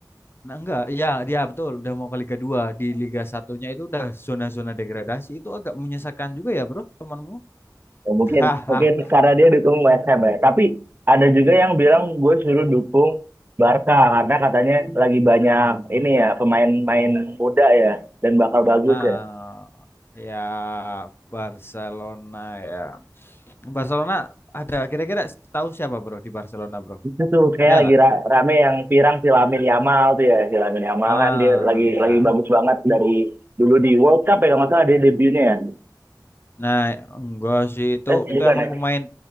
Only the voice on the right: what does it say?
Ya,
mungkin
mungkin karena dia dukung West Ham ya. Tapi ada juga yang bilang gue suruh dukung Barca karena katanya lagi banyak ini ya pemain-pemain muda ya dan bakal bagus
ya.
Itu tuh kayak
lagi
ra- rame yang pirang si Lamine Yamal tuh ya. Si Lamine Yamal
kan dia lagi
lagi bagus banget dari dulu di World Cup ya kalau nggak salah dia debutnya ya.
Eh
bukan
ya?